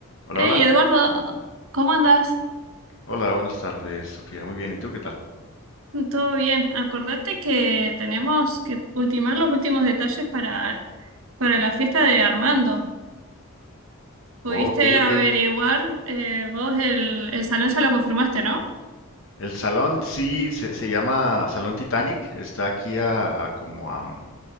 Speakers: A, on the left; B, on the right.
A: Hola,
B: Hey,
A: hola.
B: Eduardo, ¿cómo andas?
A: Hola, buenas tardes, Sofía. Muy bien, ¿y tú qué tal?
B: ¿Todo bien? Acordate que tenemos que ultimar los últimos detalles para, para la fiesta de Armando. ¿Pudiste
A: Oh, ok, ok.
B: averiguar? eh, vos el, el salón ya lo confirmaste, ¿no?
A: El salón sí se, se llama Salón Titanic. Está aquí a, a como a... mm,